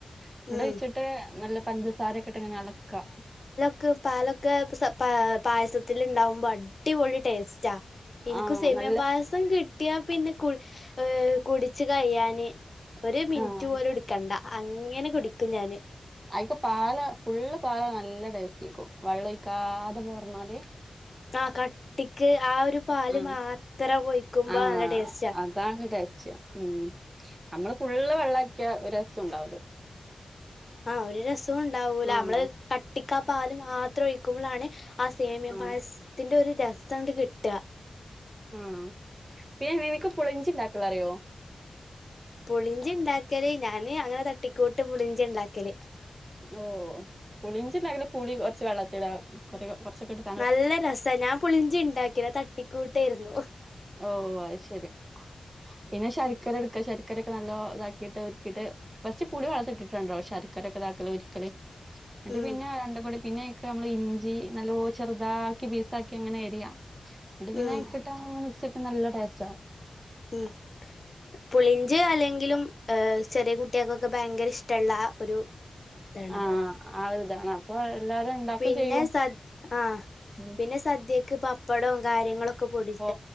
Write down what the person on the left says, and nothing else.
ഉം
ക്ക് പാലൊക്കെ പായസത്തി ഉണ്ടാവുമ്പോ അ ടിപൊളി ടേസ്റ്റാ എനിക്കും
സെമിയ
പായ സം കിട്ടിയാ പിന്നെ കു ഏഹ് കുടിച്ച് കഴിയാന് ഒരു മിനിറ്റ്
പോലും എടുക്കണ്ട അങ്ങനെ കുടിക്കും ഞാൻ
അഹ് കട്ടിക്ക് ആ ഒരു പാല്
മാത്രം ഒഴികുമ്പോ
നല്ല ടെസ്റ്റ
അഹ് ഒരു രസവും ഉണ്ടാവൂല
നമ്മള് കട്ടിക്കാപാല് മാത്രം ഒഴിക്കുമ്പോളാ ണ് ആ സേമിയ
പായസത്തിന്റെ ഒരു രസം അണ്ട് കിട്ട
പുളിഞ്ചി ഇണ്ടാക്കല് ഞാന് അങ്ങനെ തട്ടിക്കോട്ട് പൊളിഞ്ചി ഇണ്ടാക്കല്
നല്ല രസ ഞാൻ പുളിഞ്ചി ഉണ്ടാക്കി അത് തട്ടിക്കൂട്ടയിരുന്നു
ഉം
ഉം
ഉം പുളിഞ്ച് അല്ലെങ്കിലും ചെറിയ കുട്ടികൾക്കൊക്കെ ഭയങ്കര ഇഷ്ടള്ള ഒരു ഇതാണ്
പിന്നെ
സദ് ആഹ്
പിന്നെ സദ്യക്ക് പപ്പടവും കാര്യങ്ങളൊക്കെ പൊടി